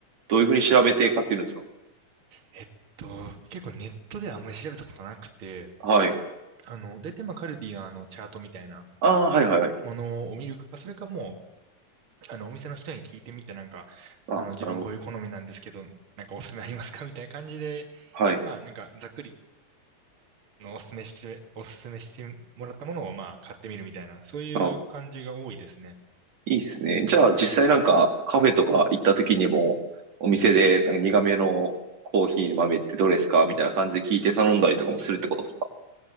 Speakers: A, on the right; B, on the right.
A: どういうふうに調べて買ってるんですか
B: えっと、結構ネットではあんまり調べたことなくて、
A: はい。
B: あの、大体まあカルディのあのチャートみたいな
A: ああ、はいはいはい。
B: ものを見るか、それかもう、あの、お店の人に聞いてみてなんか、
A: ああ、
B: あの、自分こういう好みなんですけど、
A: なるほどですね。
B: なんかおすすめありますかみたいな感じで、
A: はい。
B: まあなんかざっくりのおすすめして、おすすめしてもらったものをまあ買ってみるみたいな、そういう感じが多いですね。
A: ああいいっすね。じゃあ実際なんかカフェとか行った時にもお店でなんか苦めのコーヒーの豆ってどれですかみたいな感じで聞いて頼んだりとかもするってことですか